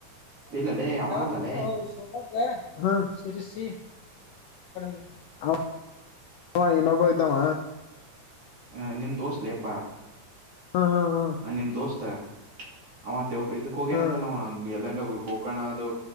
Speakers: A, on the left; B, on the right.
A: ನಾವು
B: ಇಲ್ಲಲೇ ಅವ
A: ಯವತ್ರಿ
B: ಅಲ್ಲಲೇ
A: ಯಾವಾಗ್ <unintelligible> ಕೇಳ್ ಹ ಸಿರಸಿ ಅಕಡ್ ಹೋಗಿದ್ವಿ ಅಂವ- ಅಂವ ಹೀನೊಬ್ಬಂವ ಇದ್ದಂವ.
B: ಹ ನಿಮ್ ದೋಸ್ತ ಲೇಪ.
A: ಹಾ ಹಾ ಹಾ
B: ಹ ನಿಮ್ ದೋಸ್ತ ಅಂವ ದೇವ್ ಇದಕ್ ಹೋಗೇನಂತಲ್ಲವ
A: ಹಾ
B: ಎಲ್ಲಾರ ಎಲ್ಲೋ ಗೊ ಗೋಕರ್ಣ ಅದು